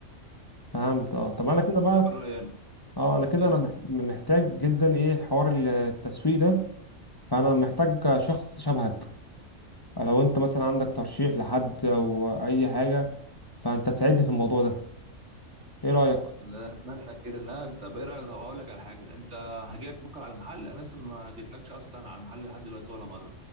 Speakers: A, on the left; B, on the right.
A: فهمت اه طب انا
B: يعني
A: كده بقى
B: ده بالراي انا
A: اه انا كده
B: يعني
A: انا مح- محتاج جدا ايه حوار التسويق ده فانا محتاج شخص شبهك لو انت مثلا عندك ترشيح لحد او اي حاجة فانت تساعدني في الموضوع ده ايه رأيك
B: لا اتمنى كده لا طب ايه رايك طب هقول لك على حاجه انت هجيلك بكره على المحل انا لسه ما جيتلكش اصلا على المحل لحد دلوقتي ولا مره